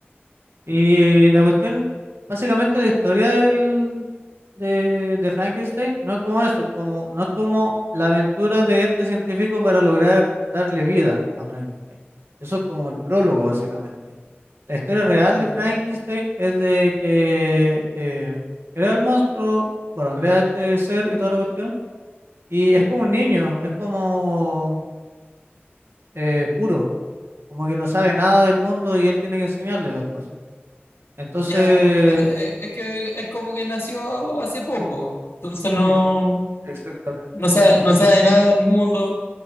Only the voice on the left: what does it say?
Ujú.
Ya, es como que, na- eh, es que es como que nació hace poco. Entonces no,
no sabe, no
sabe nada del mundo.